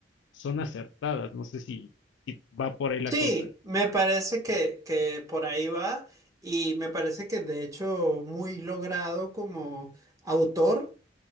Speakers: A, on the left (about 70°); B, on the right (about 20°).
A: son acertadas. No sé si, si va por ahí la
B: Sí,
A: cosa.
B: me parece que, que por ahí va y me parece que de hecho muy logrado como autor,